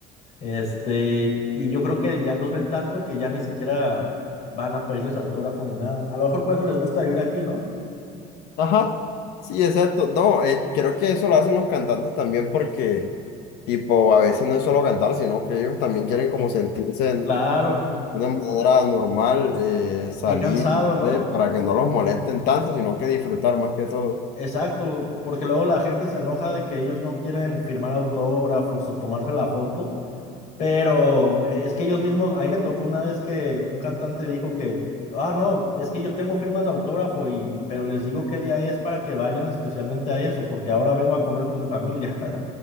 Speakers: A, on the left (about 45°); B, on the left (about 75°).
A: Este, y yo creo que ya los ven tanto que ya ni siquiera van a pedirles autógrafo ni nada. A lo mejor por eso les gusta vivir aquí, ¿no?
B: Ajá. Sí, exacto. No, eh, creo que eso lo hacen los cantantes también porque, tipo, a veces no es solo cantar, sino que ellos también quieren como sentirse en-
A: Claro,
B: de una manera normal, eh, salir,
A: qué cansado,
B: no
A: ¿no?
B: sé, para que no los molesten tanto, sino que disfrutar más que todo.
A: Exacto, porque luego la gente se enoja de que ellos no quieren firmar autógrafos o tomarse la foto, pero es que ellos mismos, a mí me tocó una vez que un cantante dijo que, ah, no, es que yo tengo firmas de autógrafo y, pero les digo qué día es para que vayan especialmente a eso, porque ahora vengo a comer con mi familia.